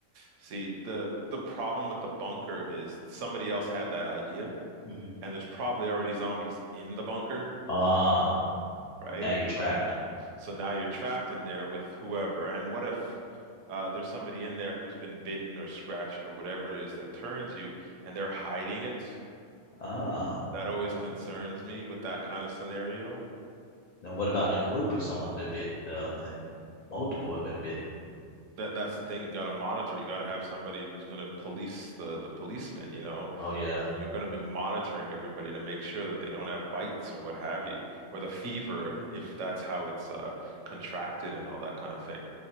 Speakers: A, on the right; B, on the left.
A: See, the the problem with the bunker is somebody else had that idea,
B: Mhm.
A: and there's probably already zombies in the bunker,
B: Ah,
A: right?
B: now you're trapped.
A: So now you're trapped in there with whoever. And what if uh, there's somebody in there who's been bitten or scratched or whatever it is that turns you and they're hiding it?
B: Ah,
A: That always concerns me with that kind of scenario
B: now what about in a group if someone's been bitten, though, and multiple have been bitten?
A: That that's the thing. You got to monitor. You got to have somebody who's going to police the the policemen, you know.
B: Oh, yeah.
A: You're going to be monitoring everybody to make sure that they don't have bites or what have you, or the fever if that's how it's uh contracted and all that kind of thing.